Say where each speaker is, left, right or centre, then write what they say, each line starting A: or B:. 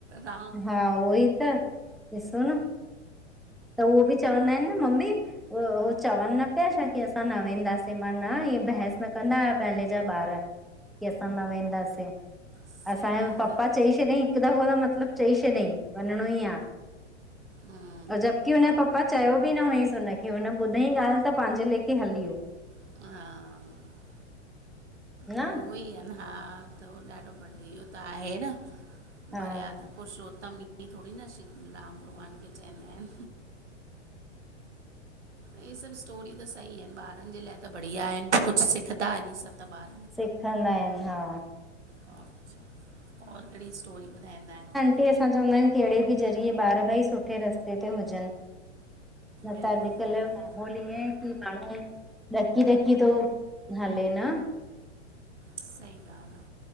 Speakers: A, on the right (about 75°); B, in the centre.
A: राम!
B: हा उहोई त, ॾिसो न, त उहो बि चवंदा एन न, मम्मी! उहो उहो, चवन न प्या छा, की असां न वेंदासे, मां न, ईंएं बहस न कंदाहा पहले जा ॿार। की असां न वेंदासे,
A: सही
B: असांजो
A: ॻाल्हि
B: पप्पा
A: आहे
B: चई छॾयईं हिक दफ़ो त मतलब चई छॾयईं, वञणो ई आ।
A: हम्म,
B: जबकि हुन जे पप्पा चयो बि न हुयईंस हुनखे, हुन ॿुधईं ॻाल्ह त पैंजे लेखे हली व्यो।
A: हा
B: न
A: त उहोई आ न, हा त उहो ॾाढो बढ़िया, इहो त आहे न।
B: हा
A: मर्यादा पुरषोत्तम ईंयंईं थोड़ी न, श्री राम भॻवान खे चैंदा एन। ही, सभ स्टोरी त सही एन, ॿारन जे लाइ त बढ़िया एन, कुछ सिखदा इनीं सां त ॿार।
B: सिखंदा एन, हा
A: अच्छा, और केढ़ी स्टोरी ॿुधाईंदायोन?
B: उते असां चवंदा आयूंन, केड़े बि ज़रिए ॿार भई सुठे रस्ते ते हुजन। न
A: बिल्कुलु
B: त अॼकल्ह
A: बिल्कुलु
B: जो माहोल होल इएं आहे, की माण्हूं ॾकी ॾकी तो हले, न?
A: सही ॻाल्ह आ,